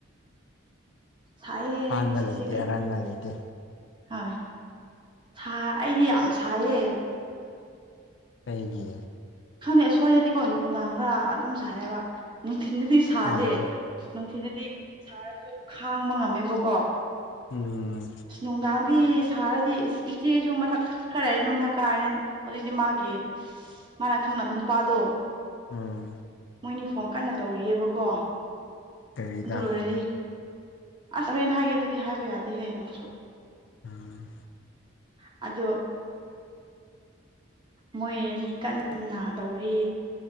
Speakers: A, on the right; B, on the left.
A: ꯁꯥꯏꯌꯦꯦ
B: ꯑꯔꯥꯟꯕ
A: ꯉꯁꯤꯁꯦ
B: ꯂꯩꯇꯦ
A: ꯀꯩꯅꯣ
B: ꯑꯔꯥꯟꯕ ꯂꯩꯇꯦ
A: ꯍꯣꯏ ꯑꯩꯗꯤ ꯌꯥꯝ ꯁꯥꯏꯌꯦ
B: ꯀꯩꯒꯤ
A: ꯈꯪꯉꯦ ꯑꯁ꯭ꯋꯥꯏꯗꯗꯤꯀꯣ ꯅꯨꯡꯗꯥꯡꯗ ꯑꯗꯨꯝ ꯁꯥꯏꯌꯦꯕ ꯅꯨꯡꯊꯤꯟꯗꯗꯤ ꯁꯥꯗꯦ
B: ꯑꯥ
A: ꯅꯨꯡꯊꯤꯟꯗꯗꯤ ꯁꯥꯔꯁꯨ ꯈꯥꯡꯕ ꯉꯝꯃꯦꯕꯀꯣ
B: ꯎꯝ
A: ꯑꯁ ꯅꯨꯡꯗꯥꯡꯗꯤ ꯁꯥꯔꯗꯤ ꯏꯆꯦꯁꯨ ꯃꯊꯛ ꯈꯔ ꯍꯥꯏꯔꯗꯤ ꯃꯊꯛ ꯀꯥꯔꯅꯤ ꯍꯧꯖꯤꯛꯇꯤ ꯃꯥꯒꯤ ꯃꯥꯅ ꯈꯪꯅꯕ ꯅꯨꯄꯥꯗꯣ
B: ꯎꯝ
A: ꯃꯣꯏꯅꯤ ꯐꯣꯟ ꯀꯟꯅ ꯇꯧꯔꯤꯑꯕꯀꯣ
B: ꯀꯔꯤꯗ
A: ꯑꯗꯨ ꯂꯣꯏꯔꯗꯤ ꯑꯁ ꯍꯣꯔꯦꯟꯦꯟ ꯍꯥꯏꯒꯦ ꯑꯗꯨꯗꯤ ꯍꯥꯏꯕ ꯌꯥꯗꯦꯍꯦ ꯅꯪꯁꯨ
B: ꯎꯝ
A: ꯑꯗꯣ
B: <inaudible>
A: ꯃꯣꯏꯅꯤ ꯀꯟꯅ ꯇꯧꯔꯤ